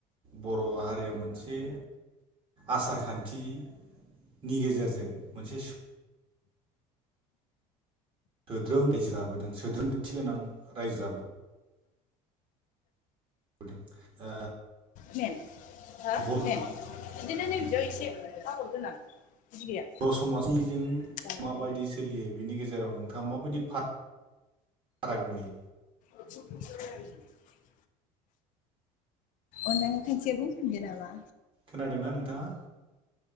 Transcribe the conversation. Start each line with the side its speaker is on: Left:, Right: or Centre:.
Right: बर' हारिया मोनसे। आसार खान्थिनि गेजेरजों मोनसे सु सोद्रोम रायजो जाबोदों सोद्रोमथि गोनां रायजो जाबो दों ओ
Left: मेन हो
Right: बर'
Left: मेन बिदिनो नै बिदियाव एसे आगर गोनां बिदि गैया
Right: बर' समाजनिजों
Left: जालादों
Right: माबायदि सोलियो बिनि गेजेराव नोंथाङा माबायदि फा फारागा नुयो
Left: <unintelligible> अननानै खनसे बुंफिनदों नामा?
Right: खोनादोंना नोंथाङा?